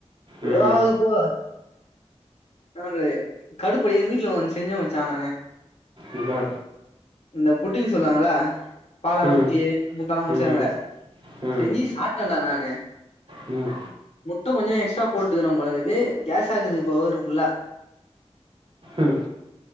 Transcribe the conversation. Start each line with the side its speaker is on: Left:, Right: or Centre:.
Right: ம்
Left: எதாவது போ நானு கடுப்பாகி வீட்ல ஒன்னு செஞ்ச மச்சா நானு
Right: என்னா
Left: இந்த புட்டிங் சொல்லுவாங்களா பாலெல்லா
Right: ம்
Left: ஊத்தி முட்டலா போட்டு
Right: ம்
Left: செய்வாங்களே
Right: ம் ம் ம்
Left: செஞ்சு சாப்ட்டேன்டா நானு
Right: ம்
Left: முட்ட கொஞ்ச எக்ஸ்ட்ரா போட்டுகிறோம் போல இகுது கேசாகுது இப்ப வவுரு ஃபுல்லா
Right: ம்